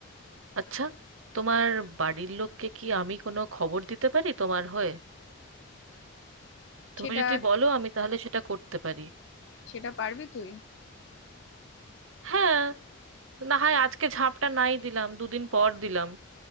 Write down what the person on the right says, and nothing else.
আচ্ছা তোমার বাড়ির লোককে কি আমি কোনো খবর দিতে পারি তোমার হয়ে তুমি
যদি বলো আমি তাহলে সেটা করতে পারি
হ্যাঁ না হয় আজকে ঝাঁপটা নাই দিলাম দুদিন পর দিলাম